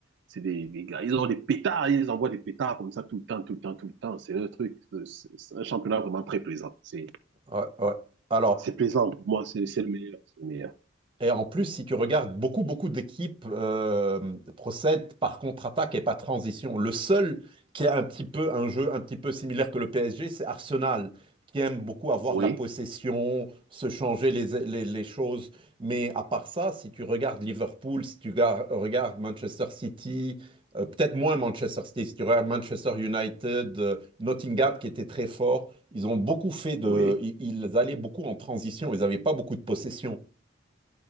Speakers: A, on the right; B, on the right.
A: c'est des, des gars. Ils ont des pétards, ils envoient des pétards comme ça tout le temps, tout le temps, tout le temps. C'est un truc, c'est c'est un championnat vraiment très plaisant. C'est,
B: Ouais, ouais. Alors,
A: c'est plaisant pour moi, c'est, c'est le meilleur, c'est le meilleur.
B: Et en plus, si tu regardes, beaucoup, beaucoup d'équipes euh, procèdent par contre-attaque et par transition. Le seul qui a un petit peu un jeu un petit peu similaire que le PSG, c'est Arsenal, qui aime beaucoup avoir
A: Oui,
B: la possession, se changer les, les- les choses. Mais à part ça, si tu regardes Liverpool, si tu gar- regardes Manchester City, euh, peut-être moins Manchester City, si tu regardes Manchester United, euh, Nottingham qui était très fort, ils ont beaucoup fait de...
A: oui.
B: Ils, ils allaient beaucoup en transition, ils n'avaient pas beaucoup de possession.